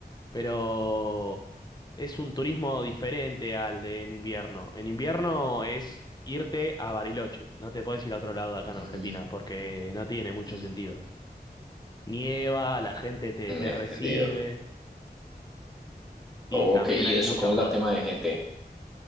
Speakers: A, on the left; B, in the centre.
A: pero es un turismo diferente al de en invierno. En invierno es irte a Bariloche, no te puedes ir a otro lado de acá
B: Mm,
A: en Argentina, porque no tiene mucho
B: mm,
A: sentido. Nieva, la gente te, te
B: entendido.
A: recibe y
B: Ok,
A: también
B: ¿y
A: hay
B: eso
A: mucha
B: cómo
A: joda.
B: es la tema de gente?